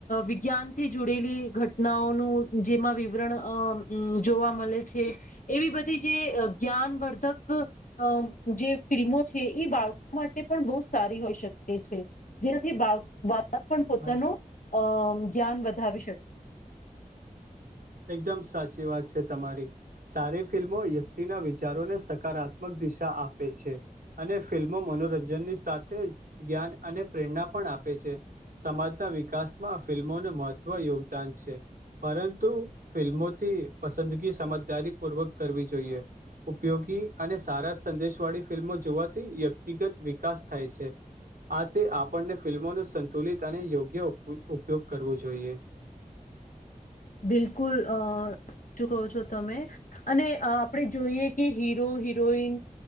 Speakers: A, on the left; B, on the right.
A: વિજ્ઞાન થી જોડેલી ઘટનાઓનું જેમાં વિવરણ અમ જોવા મળે છે. એવી બધી જે જ્ઞાનવર્ધક અ જે ફિલ્મો છે, એ બાળકો માટે પણ બઉ સારી હોય શકે છે, જેથી બળ બા પણ પોતાનું
B: હા
A: અ જ્ઞાન વધાવી શકે.
B: એકદમ સાચ એ વાત છે તમારી સારી ફિલ્મો વ્યક્તિના વિચારોને સકારાત્મક દિશા આપે છે. અને ફિલ્મો મનોરંજનની સાથે જ જ્ઞાન અને પ્રેરણા પણ આપે છે. સમાજના વિકાસમાં ફિલ્મોનું મહત્વ યોગદાન છે, પરંતુ ફિલ્મોથી પસંદગી સમજદારી પૂર્વક કરવી જોઈએ. ઉપયોગી અને સારા સંદેશવાળી ફિલ્મો જોવાથી વ્યક્તિગત વિકાસ થાય છે. આથી આપણને ફિલ્મોનું સંતુલિત અને યોગ્ય ઉપયોગ કરવો જોઈએ. <unintelligible>
A: બિલકુલ અ શું કહો છો, તમે અને આપણે જોઈએ કે હીરો હિરોઈન